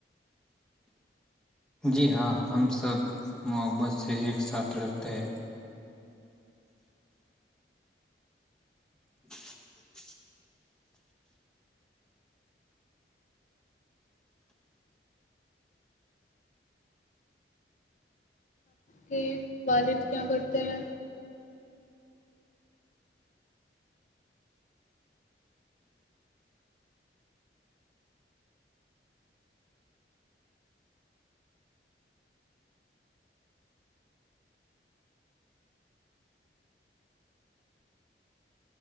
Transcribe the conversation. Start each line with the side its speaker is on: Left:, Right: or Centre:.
Centre: جی ہاں ہم سب محبت سے ایک ساتھ رہتے ہیں <inaudible>
Left: کہ والد کیا کرتے ہیں